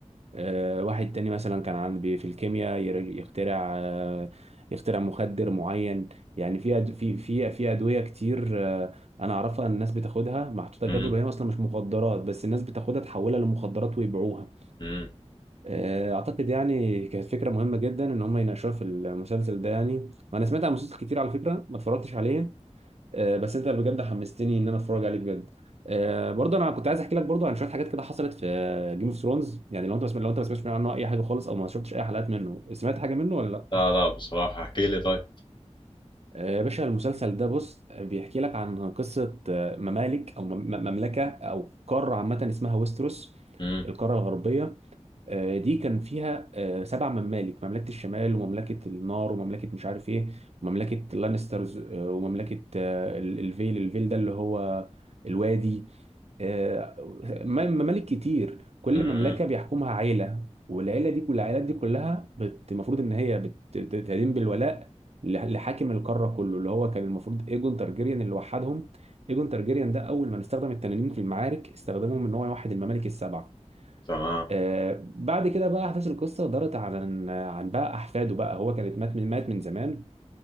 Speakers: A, on the right; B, on the left.
A: آه، واحد تاني مثلا كان عن بي- في الكيمياء ير- يخترع آه، يخترع مخدر معين يعني في أد- في في في ادويه كتير آه، انا اعرفها ان الناس بتاخدها محطوطه
B: مم،
A: جدول وهي اصلا مش مخدرات بس الناس بتاخدها تحولها لمخدرات ويبيعوها
B: مم.
A: آه، اعتقد يعني كانت فكره مهمه جدا ان هم يناقشوها في المسلسل ده يعني وانا سمعت عن مسلسل كتير على فكره ما اتفرجتش عليه آه، بس انت بجد حمستني ان انا اتفرج عليه بجد آه، برضه انا كنت عايز احكي لك برضه عن شويه حاجات كده حصلت في جيم اوف ثرونز يعني لو انت بسم... لو انت ما سمعتش عنه اي حاجه خالص او ما شفتش اي حلقات منه سمعت حاجه منه ولا لا
B: لا لا بصراحة احكي لي طيب
A: آه، يا باشا المسلسل ده بص آه، بيحكي لك عن قصه آه، ممالك او مم- مملكه او قاره عامه اسمها ويستروس
B: مم،
A: القاره الغربيه آه، دي كان فيها آه، سبع ممالك مملكة الشمال ومملكة النار ومملكة مش عارف ايه ومملكة اللانسترز آه، ومملكة آه، ال- الفيل الفيل ده اللي هو الوادي آه، م- ممالك كتير كل
B: مم،
A: مملكة
B: مم.
A: بيحكمها عيلة والعيلة دي كل العائلات دي كلها بت- المفروض ان هي بت- بتدين بالولاء لح- لحاكم القارة كله اللي هو كان المفروض ايجون تارجيريان اللي وحدهم ايجون تارجيريان ده اول ما استخدم التنانين في المعارك استخدمهم ان هو يوحد الممالك السبعة
B: تمام
A: آه، بعد كده بقى احداث القصه دارت عن عن بقى احفاده بقى هو كانت مات من مات من زمان